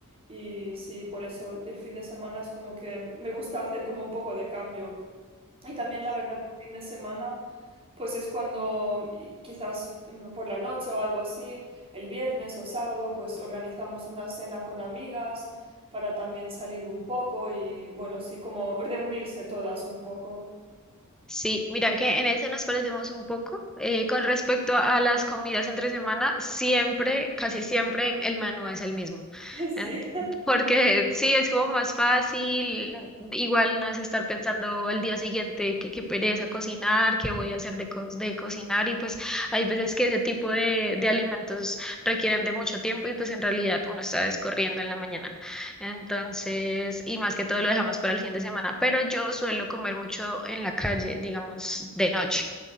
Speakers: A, on the right (about 25°); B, in the centre.
A: y sí, por eso el fin de semana es como que me gusta hacer como un poco de cambio. Y también la verdad, el fin de semana, pues es cuando y quizás mm, por la noche o algo así, el viernes o sábado, pues organizamos una cena con amigas para también salir un poco y bueno, sí, como reunirse todas un poco.
B: Sí, mira que en ese nos parecemos un poco. eh, con respecto a las comidas entre semana, siempre, casi siempre, el menú es el mismo.
A: <laughs>
B: En-
A: Sí,
B: porque sí, es como más fácil, igual no es estar pensando el día siguiente qué qué pereza cocinar, qué voy a hacer de, co- de cocinar. Y pues hay veces que ese tipo de, de alimentos requieren de mucho tiempo y pues en realidad uno está descorriendo en la mañana. Entonces, y más que todo lo dejamos para el fin de semana, pero yo suelo comer mucho en la calle, digamos, de noche,